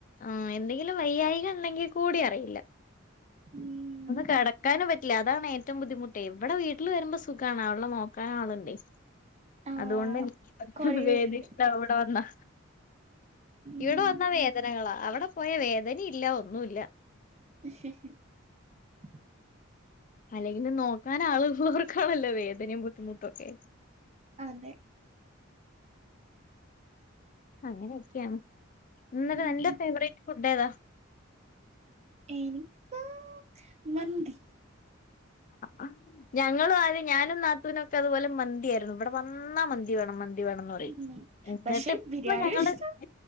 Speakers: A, on the left; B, on the right.
A: ആഹ് എന്തെങ്കിലും വയ്യായിക ഉണ്ടെങ്കിൽ കൂടി അറിയില്ല
B: ഉം
A: ഒന്ന് കിടക്കാനും പറ്റ ല്ല അതാണ് ഏറ്റവും ബുദ്ധിമുട്ടേ ഇവിടെ വീട്ടിൽ വരുമ്പോ സുഖാണ് അവളെ നോക്കാൻ ആളുണ്ടേ
B: ആഹ്
A: അതുകൊണ്ട് എനിക്ക്
B: കൊറേ
A: വേദി
B: പേരുണ്ട്
A: ഇഷ്ടാ ഇവിടെ വന്നാ
B: ഉം
A: ഇവിടെ വന്ന വേ ങ്ങള അവിടെ പോയാ വേദനിംഇല്ല ഒന്നുല്ല
B: <unintelligible>
A: അല്ലെങ്കിലും നോക്കാൻ ആളുള്ളോർക്കാണല്ലോ വേദനയും ബുദ്ധിമുട്ടുമൊക്കെ
B: അതെ
A: അങ്ങനെയൊക്കെയാണ് എന്നട്ട്
B: ഉം
A: നിന്റെ ഫേവറേറ്റ് ഫുഡ് ഏതാ
B: എനിക്ക് മന്തി
A: ആ ഞങ്ങളും ആദ്യം ഞാനും നാത്തൂനുവൊക്കെ അതുപോലെ മന്തിയായിരുന്നു ഇവിടെ വന്നാ മന്തി വേണം മന്തി വേണംന്ന് പറയും
B: ഉം
A: എന്നിട്ട്
B: പക്ഷെ ബിരിയാണിയും
A: ഇപ്പൊ ഞങ്ങള്
B: ഇഷ്ടവാ